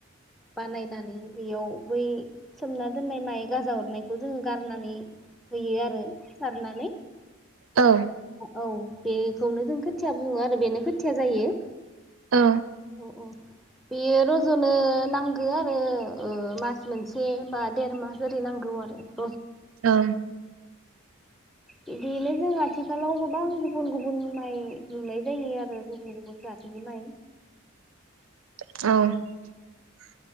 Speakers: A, in the centre; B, on the right.
A: बानायनानै बेयाव बै सोमना दोननाय माइ गाजा अरनायखौ जों गारनानै होयो आरो सारनानै
B: औ
A: औ बेखौनो जों खोथिया बुङो आरो बेनो खोथिया जायो
B: ओ
A: औ बेयो रज'नो नांगो आरो ओ मास मोनसे बा देर मास ओरै नांगौ आरो
B: औ
A: बिदियैनो जों आथिखालाव गोबां गुबुन गुबुन माइ नुनाय जायो आरो बे गुबुन गुबुन जाथनि माइ
B: औ